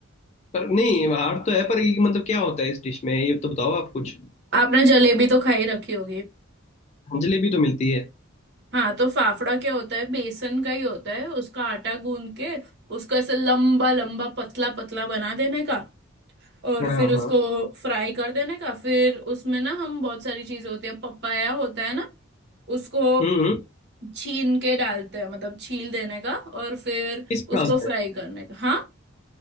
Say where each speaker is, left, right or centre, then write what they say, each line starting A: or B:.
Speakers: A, on the left; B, on the right.
A: पर नहीं हार्ड तो है पर ये मतलब क्या होता है इस डिश में ये तो बताओ आप कुछ
B: आपने जलेबी तो खाई रखी होगी
A: जलेबी तो मिलती है
B: हाँ तो फाफड़ा क्या होता है बेसन का ही होता है उसका आटा गूंद के उसको ऐसे लंबा लंबा पतला पतला बना देने का और
A: हाँ
B: फिर
A: हाँ
B: उसको फ्राई कर देने का फिर उसमें ना हम बहुत सारी चीजें होती है पपाया होता है ना उसको
A: हम्म हम्म।
B: छीन के डालते हैं मतलब छील देने का और फिर
A: किस में
B: उसको
A: डालते
B: फ्राई
A: हैं
B: करने का हाँ